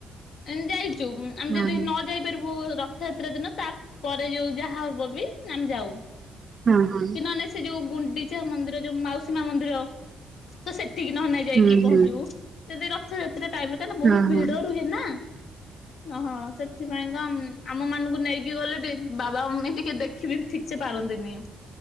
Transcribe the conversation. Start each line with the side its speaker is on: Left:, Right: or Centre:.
Left: ଆମେ ଯାଇଚୁ ଆମେ
Right: ହଁ
Left: ଯଦି
Right: ହଁ
Left: ନ ଯାଇପାରିବୁ ରଥଯାତ୍ରା ଦିନ ତାପରେ ଯୋଉ ଯାହା ହବ ବି ଆମେ ଯାଉ।
Right: ଉଁ ହୁଁ ହୁଁ।
Left: କି ନହଲେ ସେ ଯୋଉ ଗୁଣ୍ଡିଚା ମନ୍ଦିର ଯୋଉ ମାଉସୀମା ମନ୍ଦିର ତ ସେଠିକି ନହେଲେ ଯାଇକି
Right: ହୁଁ
Left: ପହଞ୍ଚିବୁ
Right: ହୁଁ
Left: ଯଦି ରଥଯାତ୍ରା ଟାଇମ ରେ କାଇଁ ନା
Right: ହଁ
Left: ବହୁତ
Right: ହଁ
Left: ଭିଡ ରୁହେ ନା। ଅଁ ହଁ ସେଥିପାଇଁ କା ଉଁ ଆମ ମାନଙ୍କୁ ନେଇକି ଗଲେ ଟି ବାବା ମମି ଟିକେ ଦେଖିବି ଠିକ ସେ ପାରନ୍ତିନି।